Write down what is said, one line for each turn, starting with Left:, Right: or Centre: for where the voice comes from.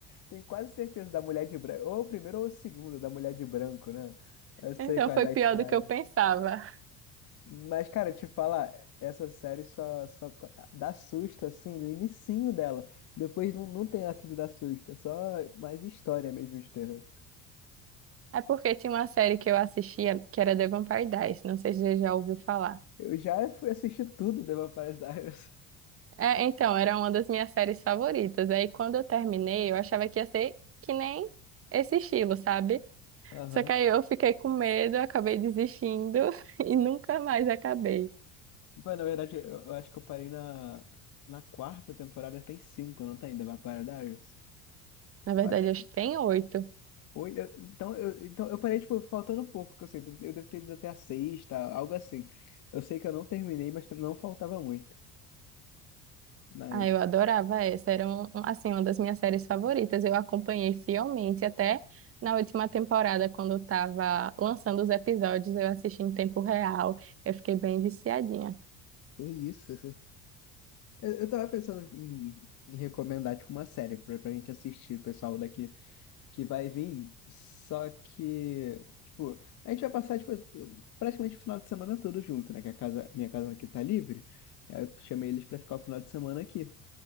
Left: Tenho quase certeza da Mulher de Branco, ou o primeiro ou o segundo da Mulher de Branco, né? Eu sei
Right: Então
Left: qual
Right: foi
Left: é da
Right: pior
Left: estrada.
Right: do que eu pensava.
Left: Mas, cara, te falar, essa série só, só dá susto, assim, no inicinho dela. Depois não, não tem essa de dar susto, é só mais história mesmo de terror.
Right: É porque tinha uma série que eu assistia que era The Vampire Diaries, não sei se você já ouviu falar.
Left: Eu já fui assistir tudo do Vampires Diaries.
Right: É, então, era uma das minhas séries favoritas. Aí quando eu terminei, eu achava que ia ser que nem esse estilo, sabe?
Left: Aham.
Right: Só que aí eu fiquei com medo, acabei desistindo <laughs> e nunca mais acabei.
Left: Pô, na verdade, eu, eu acho que eu parei na, na quarta temporada, tem cinco, não tem? The Vampire Diaries?
Right: Na verdade,
Left: Eu acho.
Right: acho que tem oito.
Left: oito eu- então, eu, então, eu parei, tipo, faltando pouco, que eu sei. Eu devo ter ido até a sexta, algo assim. Eu sei que eu não terminei, mas não faltava muito. Mas,
Right: Ah, eu adorava essa. Era, um, um- assim, uma das minhas séries favoritas. Eu acompanhei fielmente até na última temporada, quando estava lançando os episódios, eu assisti em tempo real. Eu fiquei bem viciadinha.
Left: que isso? Eu, eu tava pensando em, em recomendar, tipo, uma série pra, pra gente assistir, pessoal daqui. que vai vir, só que, tipo, a gente vai passar tipo, praticamente o final de semana todo junto, né? Que a casa, minha casa aqui tá livre. Aí eu chamei eles pra ficar o final de semana aqui.